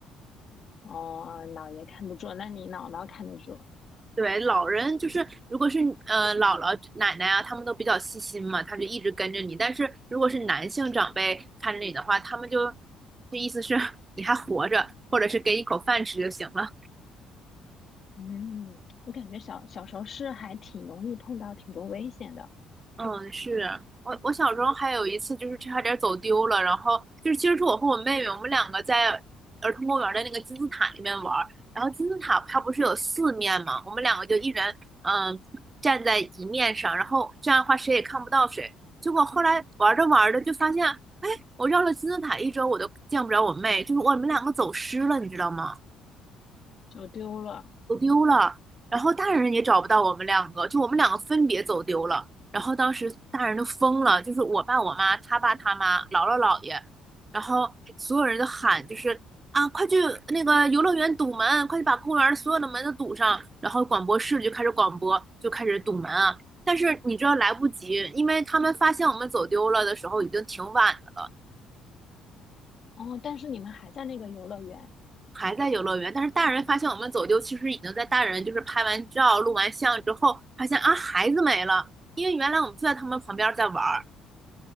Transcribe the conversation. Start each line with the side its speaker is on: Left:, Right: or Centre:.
Left: 哦，姥爷看不住，那你姥姥看得住。
Right: 对，老人就是，如果是呃姥姥、奶奶啊，他们都比较细心嘛，他就一直跟着你。但是如果是男性长辈看着你的话，他们就，就意思是 <laughs> 你还活着，或者是给你口饭吃就行了。
Left: 嗯，我感觉小小时候是还挺容易碰到挺多危险的，
Right: 嗯，是啊我我小时候还有一次就是差点走丢了，然后就是其实是我和我妹妹，我们两个在儿童公园的那个金字塔里面玩儿，然后金字塔它不是有四面嘛，我们两个就一人嗯站在一面上，然后这样的话谁也看不到谁。结果后来玩着玩着就发现，哎，我绕了金字塔一周我都见不着我妹，就是我们两个走失了，你知道吗？
Left: 走丢了。
Right: 走丢了，然后大人也找不到我们两个，就我们两个分别走丢了。然后当时大人都疯了，就是我爸、我妈、他爸、他妈、姥姥、姥爷，然后所有人都喊，就是啊，快去那个游乐园堵门，快去把公园所有的门都堵上。然后广播室就开始广播，就开始堵门啊。但是你知道来不及，因为他们发现我们走丢了的时候已经挺晚的了。
Left: 哦，但是你们还在那个游乐园
Right: 还在游乐园，但是大人发现我们走丢，其实已经在大人就是拍完照、录完像之后，发现啊孩子没了，因为原来我们就在他们旁边在玩儿。